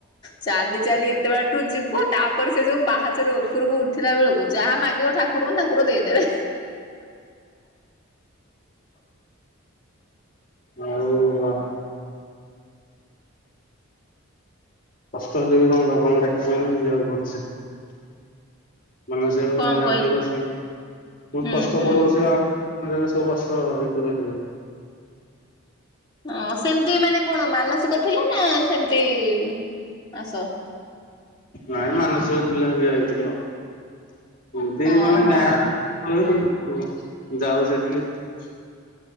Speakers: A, on the left; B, on the left.
A: ଚାଲି ଚାଲି ଏତେ ବାଟ ରୁ ଯିବ ତାପରେ ସେ ଯୋଉ ପାହାଚର ଓପୁରୁକୁ ଉଠିଲା ବେଳୁକୁ ଯାହା ମାଗିବ ଠାକୁରଙ୍କୁ ଠାକୁର ଦେଇଦେବେ।
B: <inaudible> ଆଉ ଆ କଷ୍ଟ ହେଲେ ବି କଣ ବାବାଙ୍କୁ ଡାକୁଚନ୍ତି ଯିବାକୁ ପଡ଼ୁଛି। ମାନସିକ
A: କଣ
B: ଯାହାର
A: କହିଲ
B: ଥିବ ସିଏ ଉଁ
A: ହୁଁ
B: କଷ୍ଟ
A: ହୁଁ।
B: ପଡ଼ିବ ସେ ଆ ମତେ ଏବେ ସବୁ କଷ୍ଟ ଦୂର ହେଇଯିବ।
A: ହ ସେମିତି ମାନେ କଣ ମାନସିକ ଥିଲା ନା ସେମିତି । ଆସ।
B: ନାଇଁ ମାନସିକ ଥିଲା ଜାଇଥିଲୁ ଆଉ । ଏମତି
A: ଓହୋ
B: ମାନେ ଗାଁରେ ହୁଏ ଯାଉ ସେଠିକ ।